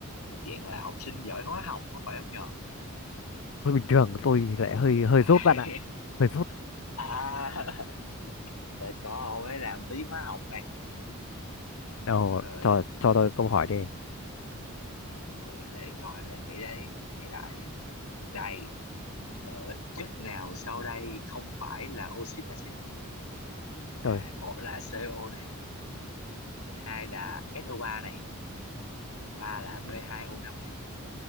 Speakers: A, on the left; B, on the left.
A: thuộc diện là học sinh giỏi hóa học có phải không nhờ
B: hơi bình thường tôi thì lại
A: Thế
B: hơi
A: là-
B: hơi dốt bạn ạ
A: <laughs>
B: hơi dốt
A: à để có mới làm tí hóa học này
B: nào
A: rồi
B: cho cho tôi câu hỏi đi
A: ừ, để coi lại nghĩ đây để nghĩ lại Đây, ờ, chất nào sau đây không phải là oxit axit? À,
B: rồi
A: một là CO này, hai là so ba này, ba là b hai o năm này.